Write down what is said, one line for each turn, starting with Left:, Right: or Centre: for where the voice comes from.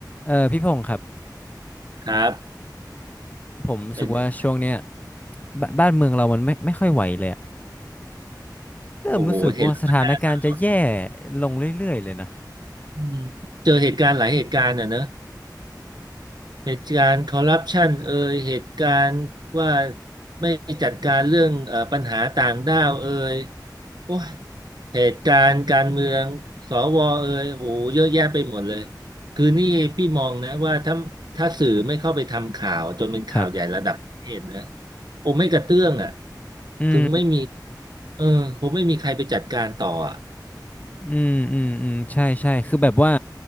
Left: เออพี่พงศ์ครับ
Right: ครับ
Left: ผมรู้สึกว่าช่วงเนี้ย
Right: เป็น
Left: บบ้านเมืองเรามันไม่ไม่ค่อยไหวเลยอะเริ่มรู้สึกว่าสถานการณ์จะแย่
Right: โอ้โหเห็นแล้วมันน่าสะ
Left: ลงเรื่อยๆเลยนะ
Right: อืมเจอเหตุการณ์หลายเหตุการณ์อ่ะเนอะเหตุการณ์คอร์รัปชันเอยเหตุการณ์ว่าไม่จัดการเรื่องเอ่อปัญหาต่างด้าวเอยโอ้ยเหตุการณ์การเมืองสวเอยโอ้โหเยอะแยะไปหมดเลยคือนี่พี่มองนะว่าถ้าถ้าสื่อไม่เข้าไปทำข่าวจนเป็นข่าวใหญ่ระดับประเทศนะ
Left: ครับ
Right: คงไม่กระเตื้องอ่ะ
Left: อืม
Right: คงไม่มีเออคงไม่มีใครไปจัดการต่ออ่ะ
Left: อืมอืมอืมใช่ใช่คือแบบว่า